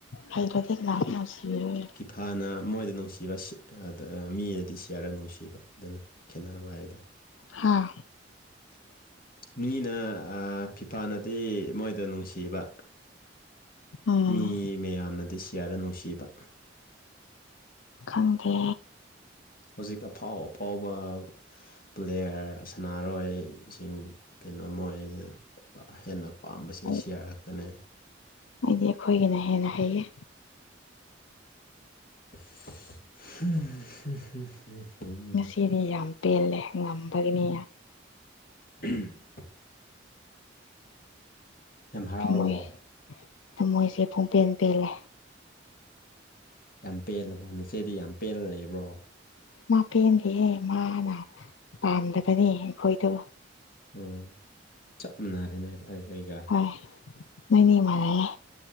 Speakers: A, on the left; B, on the left.
A: ꯍꯥꯏꯇ꯭ꯔꯗꯤ ꯂꯥꯛꯀꯅꫭ ꯅꯨꯡꯁꯤꯕꯤꯔꯌꯦ
B: ꯊꯥꯅ ꯃꯣꯏꯗ ꯅꯨꯡꯁꯤꯕ ꯁꯤꯗ ꯃꯤꯅꯗꯤ ꯁꯤꯌꯔꯗ ꯅꯨꯡꯁꯤꯕ ꯑꯗꯨꯅꯅꯤ ꯈꯦꯠꯅꯕ ꯍꯥꯏꯗꯣ
A: ꯍꯥꯥ
B: <inaudible> ꯃꯤꯅ ꯐꯤꯐꯥꯅꯗꯤ ꯃꯣꯏꯗ ꯅꯨꯡꯁꯤꯕ
A: ꯎꯝ
B: ꯃꯤ ꯃꯌꯥꯝꯅꯗꯤ ꯁꯤꯌꯥꯔ ꯔ ꯅꯨꯡꯁꯤꯕ
A: ꯈꯪꯗꯦ
B: ꯍꯧꯖꯤꯛ ꯑꯐꯥꯎ ꯑꯐꯥꯎꯕ ꯄ꯭ꯂꯦꯌꯥꯔ ꯁꯥꯟꯅꯥꯔꯣꯏꯁꯤꯡ ꯀꯩꯅꯣꯃꯣꯏ ꯍꯦꯟꯅ ꯄꯥꯝꯕꯁꯦ
A: ꯑꯩ
B: ꯁꯤꯌꯥꯔꯛꯇꯅꯦ
A: ꯑꯩꯗꯤ ꯑꯩꯈꯣꯏꯒꯤꯅ ꯍꯦꯟꯅ ꯍꯩꯌꯦ
B: ꯎ ꯎ ꯎ
A: ꯉꯁꯤꯗꯤ ꯌꯥꯝ ꯄꯦꯜꯂꯦ ꯉꯝꯕꯒꯤꯅꯤ
B: ꯎꯝ ꯌꯥꯝ ꯍꯔꯥꯎꯔꯕꯣ
A: ꯊꯝꯃꯣꯏ ꯊꯝꯃꯣꯏꯁꯦ ꯄꯨꯡꯄꯦꯟ ꯄꯦꯜꯂꯦ
B: ꯌꯥꯝ ꯄꯦꯜꯂꯕꯣ ꯅꯆꯦꯗꯤ ꯌꯥꯝ ꯄꯦꯜꯂ ꯂꯩꯕ꯭ꯔꯣ
A: ꯃꯥꯄꯦꯟꯗꯤꯍꯦ ꯃꯥꯅ ꯄꯥꯝꯗꯕꯅꯤ ꯑꯩꯈꯣꯏꯗꯣ
B: ꯎꯝ ꯆꯞ ꯃꯥꯟꯅꯔꯦꯅꯦ ꯑꯩ ꯑꯩꯒ
A: ꯑꯦ ꯅꯣꯏꯅꯤ ꯃꯥꯟꯅꯩꯌꯦ